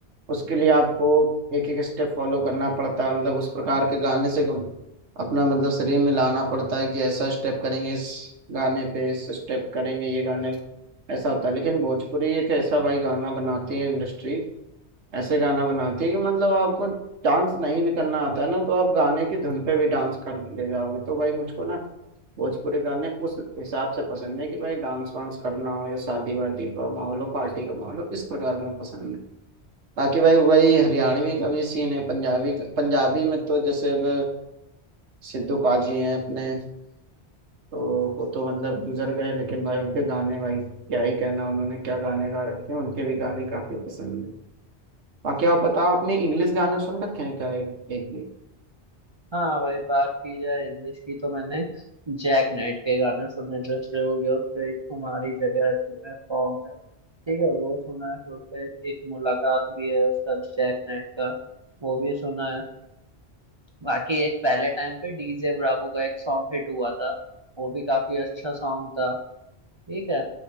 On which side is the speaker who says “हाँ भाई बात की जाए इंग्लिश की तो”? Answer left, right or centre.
Right